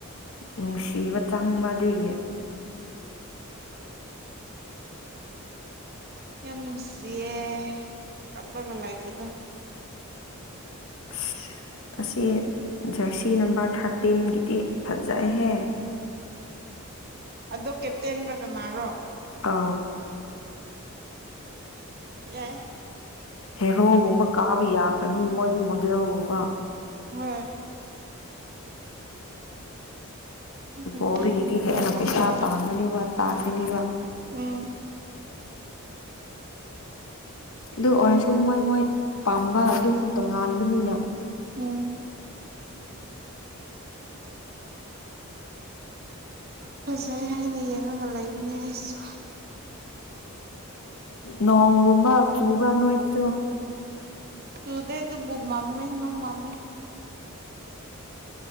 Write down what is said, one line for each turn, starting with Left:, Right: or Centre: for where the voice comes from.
Left: ꯅꯨꯡꯁꯤꯕ ꯆꯪꯕ ꯑꯗꯨꯏꯒꯤ
Right: ꯌꯥꯝ ꯅꯨꯡꯁꯤꯌꯦ ꯀꯞꯂꯒ ꯂꯩꯥꯛꯕꯗꯣ
Left: <inaudible> ꯑꯁꯤ ꯖꯔꯁꯤ ꯅꯝꯕꯔ ꯊꯥꯔꯇꯤꯟꯒꯤꯗꯤ ꯐꯖꯥꯏꯍꯦ
Right: ꯑ ꯑꯗꯨꯣ ꯀꯦꯞꯇꯦꯟꯔꯒꯅꯥꯔꯣ
Left: ꯑ
Right: ꯌꯥ
Left: ꯍꯦꯔꯣꯒꯨꯝꯕ ꯀꯥꯕ ꯌꯥꯒꯅꯤ ꯃꯣꯏꯗꯤ ꯃꯣꯗꯦꯦꯜꯣꯒꯨꯝꯕ
Right: ꯍꯣꯏ ꯐꯖꯩ
Left: ꯣꯔꯤꯒꯤꯗꯤ
Right: ꯑꯗꯨ ꯅꯨꯄꯥꯗꯨꯗꯤ
Left: ꯍꯦꯟꯅ ꯄꯩꯁꯥ ꯇꯥꯡꯒꯅꯦꯕ ꯇꯥꯟꯒꯅꯦꯕ
Right: ꯎꯝ
Left: ꯑꯗꯨ ꯑꯣꯏꯔꯁꯨ ꯃꯣꯏ ꯃꯣꯏ ꯄꯥꯝꯕ ꯑꯗꯨꯝ ꯇꯣꯉꯥꯟꯕꯅꯤꯅ
Right: ꯎꯝ ꯐꯖꯩ ꯍꯥꯏꯅ ꯌꯦꯡꯉꯒ ꯂꯩꯕꯅꯦ ꯑꯩꯁꯨ
Left: ꯅꯣꯡꯒꯨꯝꯕ ꯆꯨꯕ꯭ꯔꯅꯅꯨꯡꯉ ꯍꯥꯏꯗꯁꯤꯒꯣ
Right: ꯁꯨꯗ ꯑꯗꯨ ꯃꯃꯃꯤ ꯅ ꯃꯃ